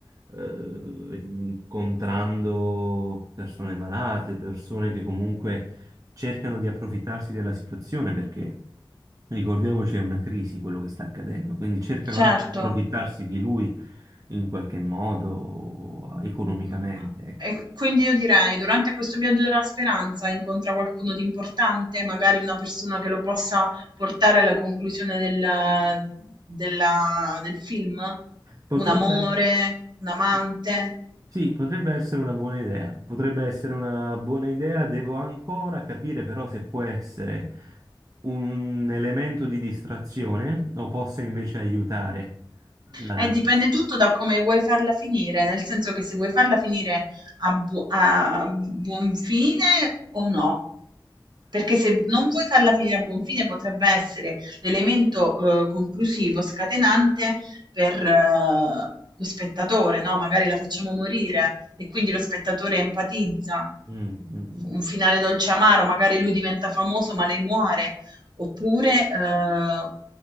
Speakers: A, on the right; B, on the right.
A: eh, incontrando persone malate, persone che comunque cercano di approfittarsi della situazione perché ricordiamoci è una crisi quello che sta accadendo, quindi cercano
B: Certo.
A: anche di approfittarsi di lui in qualche modo economicamente,
B: Mhmm,
A: ecco.
B: e quindi io direi: durante questo viaggio della speranza incontra qualcuno di importante, magari una persona che lo possa portare alla conclusione del della del film?
A: Potrebbe...
B: Un amore, un amante?
A: sì. Sì, potrebbe essere una buona idea, potrebbe essere una buona idea, devo ancora capire però se può essere un elemento di distrazione o possa invece aiutare la
B: Eh,
A: narrazione.
B: dipende tutto da come vuoi farla finire, nel senso che se vuoi farla finire a, bu- a buon fine o no. Perché se non vuoi farla finire a buon fine potrebbe essere l'elemento eh, conclusivo, scatenante per eh, lo spettatore, no? Magari la facciamo morire e quindi lo spettatore empatizza.
A: Mm, mm,
B: Un finale dolce amaro, magari lui diventa famoso ma lei muore Oppure, ehm,